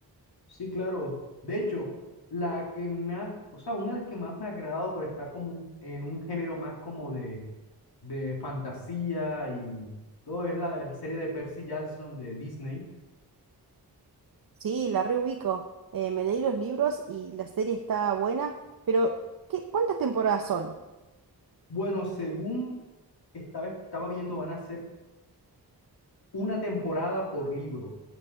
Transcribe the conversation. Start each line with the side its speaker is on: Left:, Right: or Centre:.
Left: Sí, claro. De hecho, la que más, o sea, una de las que más me ha agradado, pero está como un- en un género más como de, de fantasía y todo, es la de la serie de Percy Jackson de Disney.
Right: Sí, la reubico. Eh, me leí los libros y la serie está buena, pero ¿qué, cuántas temporadas son?
Left: Bueno, según estaba, estaba viendo, van a ser una temporada por libro.